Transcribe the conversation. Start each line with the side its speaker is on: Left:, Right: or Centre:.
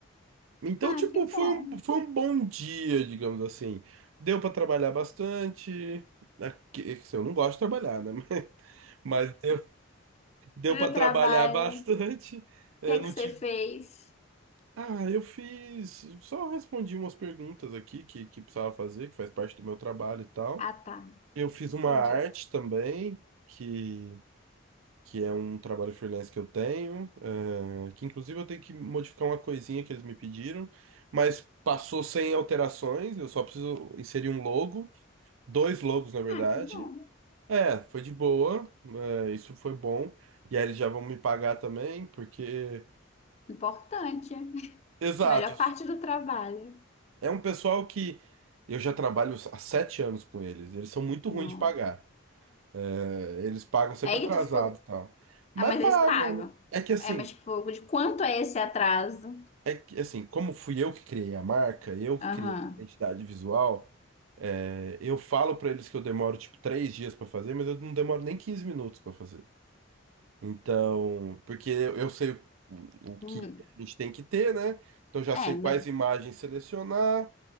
Right: Então,
Left: Ah,
Right: tipo,
Left: que
Right: foi
Left: bom.
Right: um, foi um bom dia, digamos assim. Deu pra trabalhar bastante. né, que- é que assim, Eu não gosto de trabalhar, né? <laughs> Mas mas deu, deu
Left: E
Right: para
Left: do trabalho,
Right: trabalhar bastante.
Left: o
Right: É,
Left: que é
Right: não
Left: que você
Right: tive
Left: fez?
Right: Ah, eu fiz. Só respondi umas perguntas aqui que, que precisava fazer, que faz parte do meu trabalho e tal.
Left: Ah, tá.
Right: Eu fiz uma
Left: Entendi.
Right: arte também, que, que é um trabalho freelance que eu tenho, eh, que inclusive eu tenho que modificar uma coisinha que eles me pediram, mas passou sem alterações, eu só preciso inserir um logo, dois logos na verdade.
Left: Ah, que bom.
Right: É, foi de boa, eh, isso foi bom. E aí eles já vão me pagar também, porque.
Left: Importante.
Right: Exato.
Left: Melhor parte do trabalho.
Right: É um pessoal que eu já trabalho há sete anos com eles. Eles são muito
Left: Não.
Right: ruins de pagar. É, Eles pagam sempre
Left: Aí
Right: atrasado
Left: tu ficou.
Right: e tal. Mas
Left: Ah, mas
Right: pagam,
Left: eles pagam.
Right: né? É que assim,
Left: É, mas tipo, de quanto é esse atraso?
Right: é que assim, como fui eu que criei a marca, eu que
Left: Aham.
Right: criei a identidade visual, é, eu falo pra eles que eu demoro tipo três dias pra fazer, mas eu não demoro nem 15 minutos pra fazer. Então, porque eu, eu sei o, o que
Left: Hum.
Right: a gente tem que ter, né? Então eu já sei
Left: É,
Right: quais
Left: mas
Right: imagens selecionar,